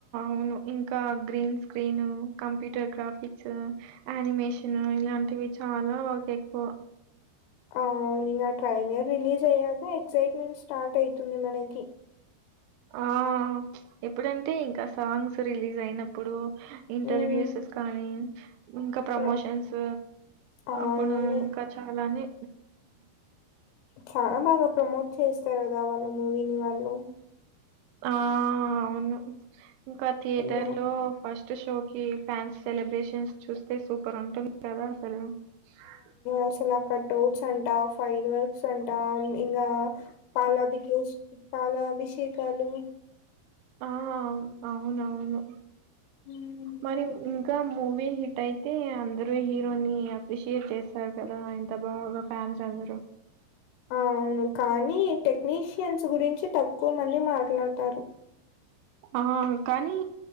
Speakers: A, on the right; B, on the left.
A: ఔను ఇంక green screen computer graphics animation ఇలాంటివి చాల వర్క్ ఎక్కువ
B: ఔన్ ఇంగ ట్రైలర్ రిలీజ్ అయ్యాక ఎక్సయిట్మెంట్ స్టార్ట్ అయ్తుంది మనకి
A: ఆ ఎప్పుడంటే ఇంక సాంగ్స్ రిలీజ్ అయ్నప్పుడు ఇంటర్వ్యూస్స్
B: హ్మ్.
A: కాని ఇంకా ప్రమోషన్స్
B: ప్ర అవును.
A: అప్పుడు ఇంకా చాలానే
B: చాలా ప్రమోట్ చేస్తర్ గద వాళ్ళ మూవిని వాళ్ళు
A: ఆ అవును ఇంకా థియేటర్లొ
B: ఇంగా
A: ఫస్ట్ షోకి ఫ్యాన్స్ సెలబ్రేషన్స్ చూస్తే సూపర్ ఉంటుంది కదా అసలు <inaudible>
B: అసల కట్ఔట్స్ అంటా ఫైర్ వర్క్స్ అంట ఇన్ ఇంగా పాల అబికెష్ పాలాభిషేకలు
A: ఆ అవును అవును
B: హ్మ్.
A: మరి ఇంకా మూవీ హిట్ అయితే అందరూ హీరోని అప్రిషియేట్ చేస్తారు కదా ఇంత బాగా ఫ్యాన్స్ అందరూ
B: అ అవును కానీ టెక్నీషియన్స్ గురించి తక్కువ మంది మాట్లాడతారు
A: ఆ కానీ